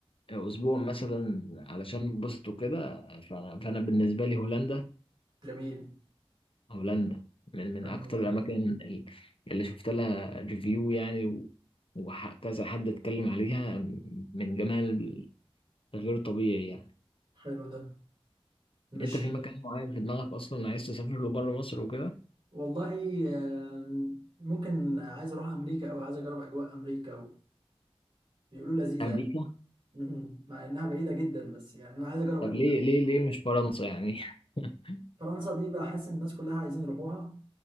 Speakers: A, on the left; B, on the right.
A: اسبوع مثلا علشان نتبسط وكده فانا فأنا بالنسبة لي هولندا
B: جميل
A: هولندا من من
B: ده
A: اكتر
B: ده
A: الاماكن ال- اللي شفت لها ريفيو يعني و- وكذا حد اتكلم عليها من جمال غير طبيعي يعني
B: حلو ده مش
A: انت في مكان معين في دماغك اصلا عايز تسافر له بره مصر وكده
B: والله آم، ممكن عايز اروح امريكا او عايز اجرب اجواء امريكا وبيقولوا لذيذه
A: امريكا
B: يعني <laughs> مهم. مع انها بعيده جدا بس يعني انا عايز اجرب
A: طب
B: أجواء.
A: ليه ليه ليه مش فرنسا يعني <laughs>
B: فرنسا دي بحس ان الناس كلها عايزين يروحوها